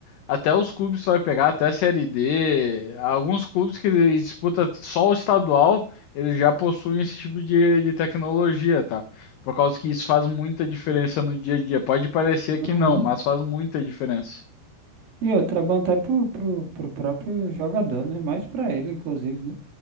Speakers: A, on the left (about 85°); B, on the right (about 60°).
A: Até os clubes vai pegar, até a Série D. Alguns clubes que disputam só o estadual, eles já possuem esse tipo de, de tecnologia, tá? Por causa que isso faz muita diferença no dia a dia. Pode parecer que
B: Uhum.
A: não, mas faz muita diferença.
B: E outra, é bom até pro, pro, pro próprio jogador, né? Mais pra ele, inclusive, né?